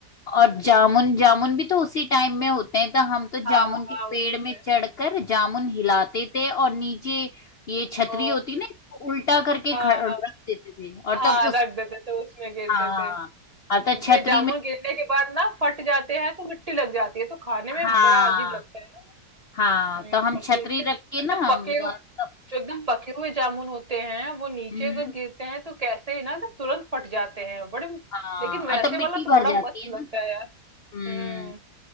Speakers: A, on the left; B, on the right.
A: और जामुन जामुन भी तो उसी टाइम में होते हैं तो हम तो
B: हाँ
A: जामुन के
B: हाँ
A: पेड़
B: उसी टाइम
A: में चढ़कर
B: में
A: जामुन हिलाते थे और नीचे ये छतरी
B: ओ
A: होती ना इसको उल्टा करके
B: हाँ
A: ख- रख
B: हाँ
A: देते थे और
B: हाँ
A: तब
B: रख
A: उस
B: देते थे उसमें गिरते
A: हाँ
B: थे क्योंकि
A: अर्थात छतरी
B: ये जामुन
A: में
B: गिरने के बाद ना फट जाते हैं तो मिट्टी लग जाती है तो खाने में
A: हाँ
B: बड़ा अजीब लगता है ना
A: हाँ
B: हम्म,
A: तो हम
B: और
A: छतरी
B: गिरते
A: रख के
B: अच्छा
A: ना हम
B: पके हु-
A: तब
B: जो एकदम पके हुए जामुन होते हैं वो नीचे
A: हम्म
B: अगर गिरते हैं तो कैसे ही ना ना तुरंत फट जाते हैं बड़े
A: हाँ
B: लेकिन वैसे
A: अ, तब मिट्टी
B: वाला तो
A: भर
B: बड़ा
A: जाती
B: मस्त
A: है ना
B: लगता है यार
A: हम्म
B: हम्म